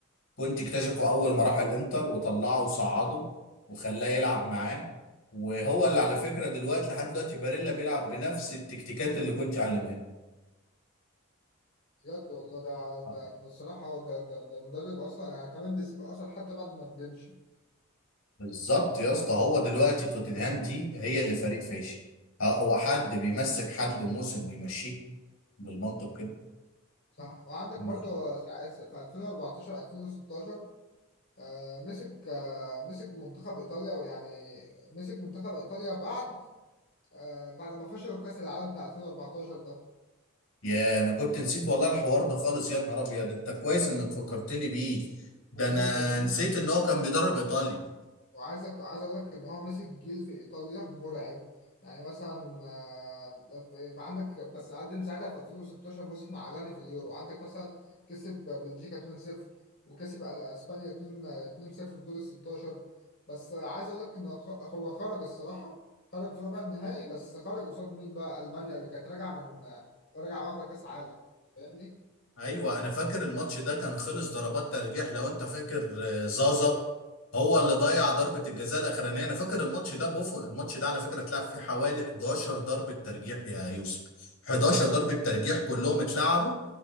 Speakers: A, on the left; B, on the left.
A: كنت اكتشفه أول ما راح الإنتر وطلعه وصعده وخلاه يلعب معاه وهو اللي على فكرة دلوقتي لحد دلوقتي باريلا بيلعب بنفس التكتيكات اللي كنت علمها
B: بجد والله ده
A: له
B: ده ده الصراحة ده ده ده مدرب أصلا يعني كمان بيسيب أثر حتى بعد ما بيمشي
A: بالظبط يا
B: يعني
A: اسطى هو دلوقتي توتنهام دي هي اللي فريق فاشل اه، هو حد بيمسك حد موسم ويمشيه بالمنطق كده
B: صح وعندك
A: ما-
B: برضو سا- في 2014 2016 آه، مسك آه، مسك منتخب ايطاليا يعني مسك منتخب ايطاليا بعد آه، بعد ما فشلوا في كاس العالم بتاع 2014 ده
A: يا انا كنت نسيت والله الحوار ده خالص يا نهار ابيض انت كويس انك
B: أهو طبعا
A: فكرتني بيه ده
B: ومسك
A: انا نسيت ان هو كان بيدرب ايطاليا
B: وعايزك عايز اقول لك ان هو مسك جيل في ايطاليا مرعب يعني مثلا آه، في في عندك بس قدم ساعتها في 2016 موسم عالمي في اليورو عندك مثلا كسب بلجيكا 2-0 وكسب ال- اسبانيا 2 2-0 في دور ال 16 بس آه، عايز اقول لك ان خ- هو خرج الصراحه خرج في ربع النهائي بس خرج قصاد مين بقى المانيا اللي كانت راجعه من آه، راجعه واخده كاس عالم فاهمني
A: ايوه انا فاكر الماتش ده كان خلص ضربات ترجيح لو انت فاكر آه، زازا
B: ايوه ايوه
A: هو اللي ضيع ضربة الجزاء الاخرانية انا فاكر الماتش ده بوفون الماتش ده على فكرة اتلعب فيه حوالي 11 ضربة ترجيح يا يوسف 11
B: ايوه
A: ضربة ترجيح كلهم اتلعبوا